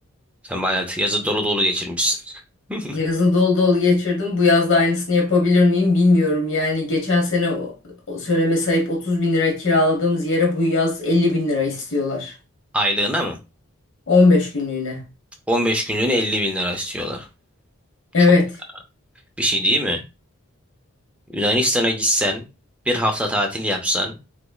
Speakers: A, in the centre; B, on the left.
A: Sen bayağı yazı dolu dolu geçirmişsin. <laughs>
B: Yazı dolu dolu geçirdim. Bu yaz da aynısını yapabilir miyim bilmiyorum. Yani geçen sene o- o söyleme sahip 30 bin lira kiraladığımız yere bu yaz 50 bin lira istiyorlar.
A: Aylığına mı?
B: 15 günlüğüne.
A: 15 günlüğüne 50 bin lira istiyorlar.
B: Evet.
A: Çok bir şey değil mi? Yunanistan'a gitsen, bir hafta tatil yapsan,